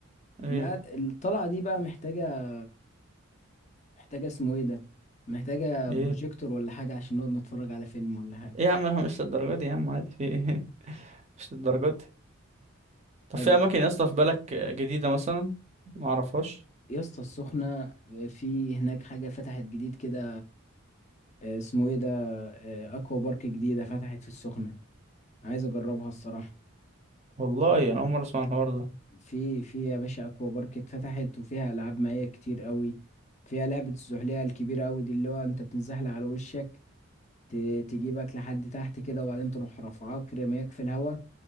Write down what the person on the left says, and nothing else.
القعد- الطلعة دي بقى محتاجة محتاجة اسمه ايه ده محتاجة
بروجيكتور
ولا حاجة عشان نقعد نتفرج على فيلم ولا حاجة
طب
يا اسطى السخنة في هناك حاجة فتحت جديد كده آه، اسمه ايه ده آه، اكوا بارك جديدة فتحت في السخنة عايز اجربها الصراحة
في في يا باشا اكوا بارك اتفتحت وفيها العاب مائية كتير قوي فيها لعبة الزحلية الكبيرة قوي دي اللي هو انت بتنزحلق على وشك ت- تجيبك لحد تحت كده وبعدين تروح رافعاك رميك في الهوا